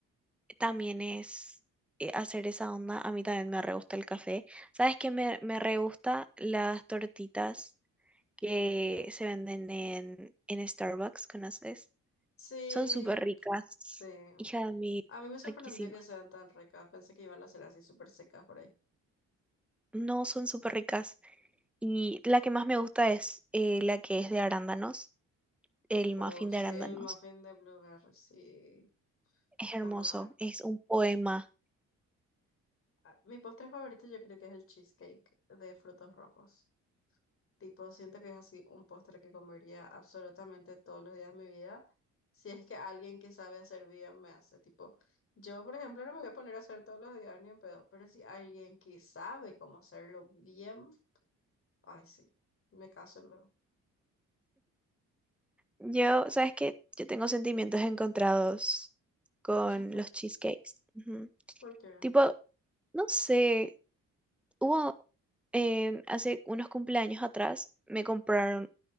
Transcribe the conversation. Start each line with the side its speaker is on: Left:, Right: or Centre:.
Centre: también es eh, hacer esa onda. A mí también me re gusta el café. ¿Sabes qué? Me, me re gusta las tortitas que se venden en, en Starbucks, ¿conoces?
Left: Sí,
Centre: Son súper ricas.
Left: sí.
Centre: Hija de mí,
Left: A mí me sorprendió
Centre: riquísimas.
Left: que sean tan ricas. Pensé que iban a ser así súper secas por ahí.
Centre: No, son súper ricas. Y la que más me gusta es eh, la que es de arándanos, el
Left: O
Centre: muffin
Left: sí,
Centre: de arándanos.
Left: el muffin de blueberry, sí.
Centre: Es
Left: Está
Centre: hermoso,
Left: muy bueno.
Centre: es un poema.
Left: Ah, Mi postre favorito yo creo que es el cheesecake de frutos rojos. Tipo, siento que es así un postre que comería absolutamente todos los días de mi vida. Si es que alguien que sabe hacer bien me hace. Tipo, yo, por ejemplo, no me voy a poner a hacer todos los días ni en pedo, pero si alguien que sabe cómo hacerlo bien, ay, sí, me caso luego.
Centre: Yo, ¿sabes qué? Yo tengo sentimientos encontrados con
Left: Pero un cheesecake,
Centre: los cheesecakes. Ujú.
Left: ¿por qué?
Centre: Tipo, No sé, hubo em, hace unos cumpleaños atrás, me compraron